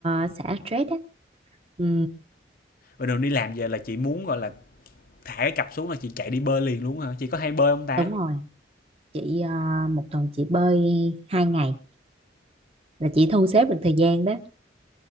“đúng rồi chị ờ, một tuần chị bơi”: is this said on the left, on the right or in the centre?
Right